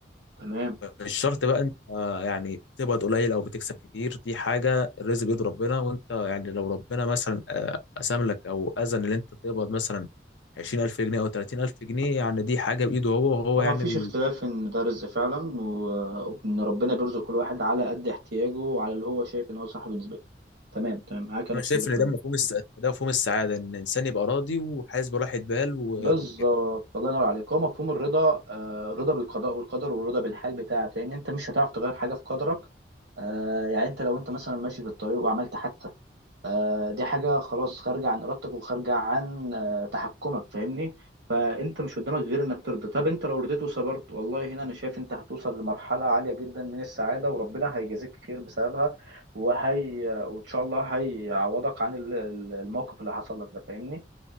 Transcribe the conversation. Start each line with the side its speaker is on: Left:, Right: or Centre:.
Right: تمام
Left: مش شرط بقى انت آه، يعني تقبض قليل او بتكسب كتير دي حاجه الرزق بيد ربنا وانت يعني لو ربنا مثلا آه، قسم لك او اذن ان انت تقبض مثلا 20000 جنيه او 30000 جنيه يعني دي حاجه بايده هو وهو
Right: هو
Left: يعني
Right: ما فيش
Left: ال...
Right: اختلاف ان ده رزق فعلا و- وان ربنا بيرزق كل واحد على قد احتياجه وعلى اللي هو شايف ان هو صح بالنسبه له تمام تمام معاك انا
Left: انا
Right: في
Left: شايف
Right: كل الكلام
Left: ان ده مفهوم الس... ده مفهوم السعاده ان الانسان يبقى راضي وحاسس براحه بال و...
Right: بالظبط
Left: وكده
Right: الله ينور عليك هو مفهوم الرضا آه، الرضا بالقضاء والقدر والرضا بالحال بتاعك لان انت مش هتعرف تغير حاجه في قدرك آه، يعني انت لو انت مثلا ماشي في الطريق وعملت حادثه آه، دي حاجه خلاص خارجه عن ارادتك وخارجه عن آه، تحكمك فاهمني فانت مش قدامك غير انك ترضى طب انت لو رضيت وصبرت والله هنا انا شايف انت هتوصل لمرحله عاليه جدا من السعاده وربنا هيجازيك خير بسببها وهي وان شاء الله هيعوضك عن ال- ال- الموقف اللي حصل لك ده فاهمني